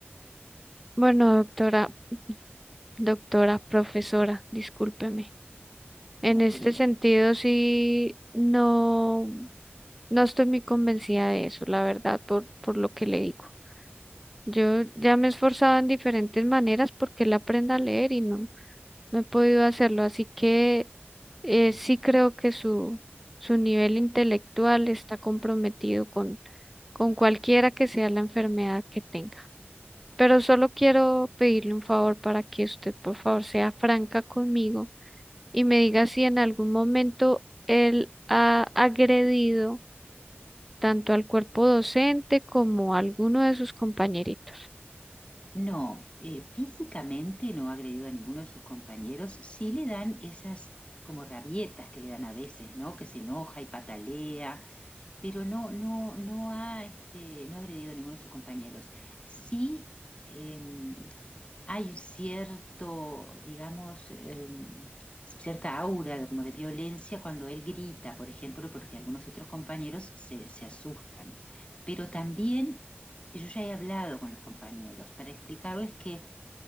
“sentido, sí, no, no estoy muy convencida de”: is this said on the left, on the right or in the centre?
Centre